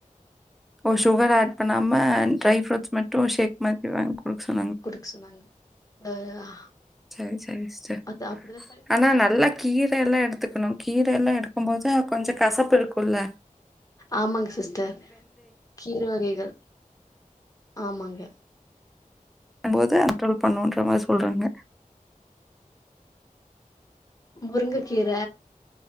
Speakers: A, in the centre; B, on the left.
A: ஓ சுகர் ஆட் பண்ணாம ட்ரை ஃப்ரூட்ஸ் மட்டு சேக் மா இவங் குடுக் சொன்
B: குடுக் சொன்னாங்க அ
A: சரி சரிங் சிஸ்டர்
B: அது அப்டிதா ப
A: ஆனா நல்லா கீரையேல்லா எடுத் எடுத்துக்கனு கீரையேல்லா எடுக் இருக்கும் போது கொஞ்சோ கசப் ப்பு இருக்குள்ள
B: ஆமாங்க சிஸ்டர் கீர வகைகள் ஆமாங்க
A: போது கண்ட்ரோல் பண்ணுன்ற மாரி சொல்றாங்க
B: முருங்க கீர